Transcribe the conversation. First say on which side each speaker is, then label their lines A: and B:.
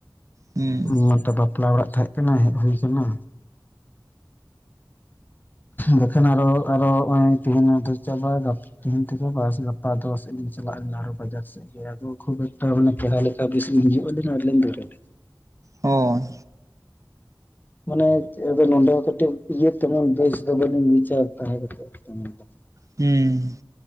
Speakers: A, on the right; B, on the left.
A: ᱦᱩᱸ
B: ᱤᱧ ᱢᱟᱛᱚ ᱵᱟᱯᱞᱟ ᱚᱲᱟᱜ ᱛᱟᱦᱮᱸᱜ ᱠᱟᱱᱟ ᱦᱮᱡ ᱦᱩᱭ ᱠᱟᱱᱟ᱾ ᱵᱟᱠᱷᱟᱱ ᱟᱨᱚ ᱟᱨᱚ ᱦᱚᱸᱜ-ᱚᱭ ᱛᱤᱦᱤᱧ ᱢᱟᱛᱚ ᱪᱟᱵᱟᱭ ᱫᱟ᱾ ᱛᱤᱦᱤᱧ ᱛᱮᱫᱚ ᱵᱟᱥ ᱜᱟᱯᱟ ᱫᱚ ᱥᱮᱜ ᱞᱤᱧ ᱪᱟᱞᱟᱜ ᱟᱞᱤᱧ ᱟᱨᱚ ᱵᱟᱡᱟᱨ ᱥᱮᱜ᱾ ᱜᱮᱭᱟ ᱠᱚ ᱠᱷᱩᱵ ᱮᱠᱴᱟ‌ ᱢᱟᱱᱮ ᱯᱮᱲᱟ ᱞᱮᱠᱟ ᱵᱤᱥᱤ ᱦᱤᱡᱩᱜ-ᱟᱞᱤᱧ ᱟᱨ ᱞᱤᱧ ᱫᱟᱹᱲᱟ ᱞᱤᱧ᱾
A: ᱦᱚᱸ᱾
B: ᱢᱟᱱᱮ ᱪᱮᱜ ᱟᱫᱚ ᱱᱚᱸᱰᱮ ᱦᱚᱸ ᱠᱟᱹᱴᱤᱡ ᱤᱭᱟᱹ ᱛᱮᱢᱚᱱ ᱵᱮᱥ ᱫᱚ ᱵᱟᱹᱞᱤᱧ ᱵᱩᱡᱷᱟᱹᱣ ᱛᱟᱦᱮᱸ ᱠᱟᱛᱮᱜ ᱚᱱᱟ ᱫᱚ᱾
A: ᱦᱩᱸ᱾